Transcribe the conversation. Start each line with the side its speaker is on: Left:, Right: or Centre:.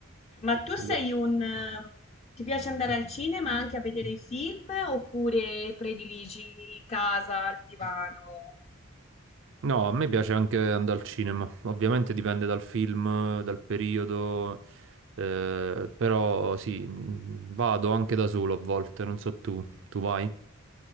Left: Ma tu
Right: Quello-
Left: sei un... ehm, Ti piace andare al cinema anche a vedere i film oppure prediligi casa, il divano?
Right: No, a me piace anche andare al cinema. Ovviamente dipende dal film, dal periodo, eh, però sì, mh, vado anche da solo a volte, non so tu, tu vai?